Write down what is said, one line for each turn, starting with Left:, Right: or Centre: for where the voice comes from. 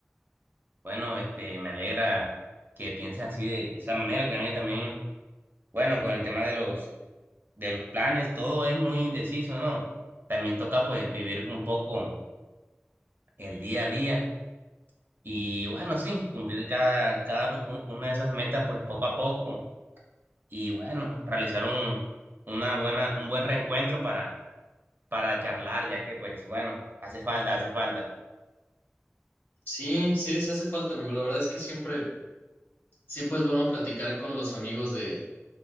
Right: Bueno, este, me alegra que pienses así de esa manera. Créeme que también, bueno, con el tema de los, de los planes, todo es muy indeciso, ¿no? También toca pues vivir un poco el día a día y bueno, sí, cumplir cada, cada u- u- una de esas metas pues poco a poco y bueno, realizar un, una buena, un buen reencuentro para para charlar, ya que pues bueno, hace falta, hace falta.
Left: Sí, sí, sí hace falta, amigo. La verdad es que siempre, siempre es bueno platicar con los amigos de,